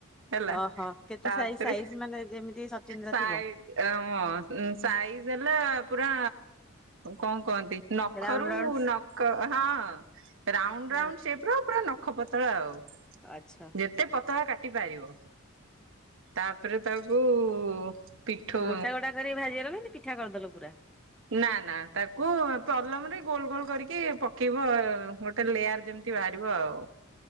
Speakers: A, on the right (about 65°); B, in the centre.
A: ହେଲା,
B: ଓହୋ। କେତେ
A: ତାପରେ
B: ସାଇ ସାଇଜ ମାନେ ଯେମିତି ସଚିନ୍ଦ୍ରା
A: ସାଇ
B: ଥିବ
A: ହଁ ସାଇଜ୍ ହେଲେ ପୁରା କଣ କହନ୍ତି? ନଖରୁ
B: ରାଉଣ୍ଡ ରାଉଣ୍ଡ
A: ନକ ହଁ ହଁ ରାଉଣ୍ଡ
B: ହଁ
A: ରାଉଣ୍ଡ ସେପର ପୁରା ନ ଖ ପତଳା ଆଉ,
B: ଆଚ୍ଛା।
A: ଯେତେ ପତଳା କାଟି ପାରିବ। ତାପରେ ତାକୁ ଉ-ଉ ପିଠଉ
B: ଗୋଟା ଗୋଟା କରି ଭାଜିଦେଲ ନା ପିଠା କରିଦେଲ ପୁରା
A: ନାଁ ନାଁ ତାକୁ ଆ ପଲମରେ ଗୋଲ ଗୋଲ କରିକି କି ପକେଇବ ଗୋଟେ ଲେୟାର ଯେମିତି ବାହାରିବ ଆଉ।